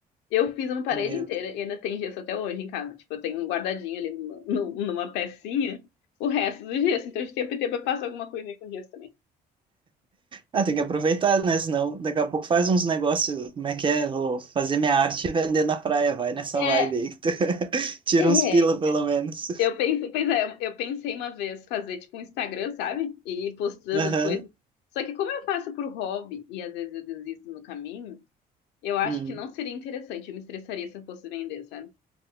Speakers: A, on the left; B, on the right.
A: Eu fiz uma parede
B: Meu.
A: inteira e ainda tem gesso até hoje em casa. Tipo, eu tenho um guardadinho ali numa, nu- numa pecinha o resto do gesso. Então, de tempo em tempo eu passo alguma coisa aí com gesso também.
B: Ah, tem que aproveitar, né? Senão daqui a pouco faz uns negócios. Como é que é? Vou fazer minha arte e vender na praia. Vai nessa
A: É,
B: vibe aí que tu <laughs> tira
A: É,
B: uns pila, pelo menos.
A: eu pensei, pois é, eu pensei uma vez fazer tipo um Instagram, sabe? E ir postando
B: Aham.
A: as coisas. Só que como eu faço por hobby e às vezes eu desisto no caminho, eu acho
B: Hum.
A: que não seria interessante. Eu me estressaria se eu fosse vender, sabe?